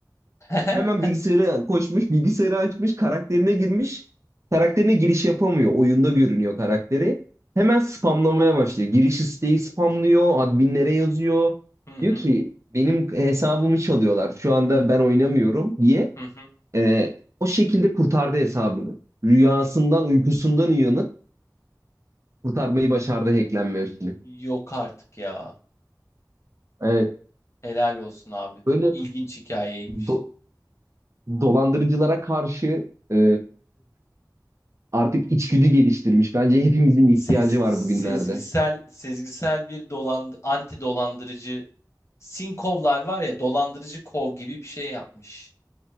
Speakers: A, on the left; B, on the right.
A: <laughs>
B: Hemen
A: Hı
B: bilgisayara koşmuş, bilgisayarı açmış, karakterine girmiş. Karakterine giriş yapamıyor. Oyunda görünüyor karakteri. Hemen spamlamaya başlıyor. Giriş isteği spamlıyor, adminlere yazıyor.
A: hı
B: Diyor ki benim hesabımı çalıyorlar. Şu anda ben oynamıyorum diye.
A: hı hı.
B: Ee, o şekilde kurtardı hesabını. Rüyasından, uykusundan uyanıp kurtarmayı başardı hacklenme işini.
A: Yok artık ya.
B: Evet,
A: Helal olsun abi.
B: böyle
A: İlginç hikayeymiş.
B: do- dolandırıcılara karşı e, artık içgüdü geliştirmiş. Bence hepimizin ihtiyacı
A: Sez-
B: var
A: sezgisel
B: bugünlerde.
A: sezgisel bir dolan anti dolandırıcı sinkovlar var ya dolandırıcı kov gibi bir şey yapmış